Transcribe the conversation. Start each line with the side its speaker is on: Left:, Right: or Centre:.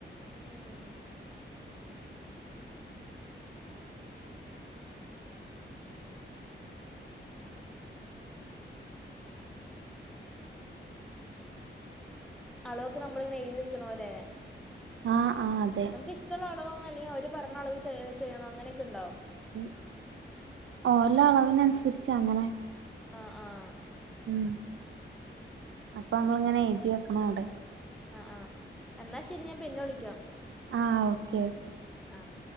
Centre: ഉം ഉം അളവൊക്കെ നമ്മളിങ്ങനെ എഴുതി വെക്കണം ഇല്ലേ
Right: ആഹ് ആഹ് അതെ
Centre: ന്നമുക്ക് ഇഷ്ടവുള്ള അളവാണോ അല്ലെങ്കി അവര് പറഞ്ഞ അളവ് ചെയ്യണോ അങ്ങനെയൊക്കെയുണ്ടോ
Right: ഉം ഓലെ അളവിന് അനുസരിച്ച് അങ്ങനെ
Centre: ആഹ് ആഹ്
Right: ഉം അപ്പ നമ്മളിങ്ങനെ എഴുതി വെക്കണം അവിടെ
Centre: ആഹ് ആഹ് എന്നാ ശെരി ഞാൻ പിന്നെ വിളിക്കാം
Right: ആഹ് ഓക്കെ ഓക്കെ.
Centre: ആഹ്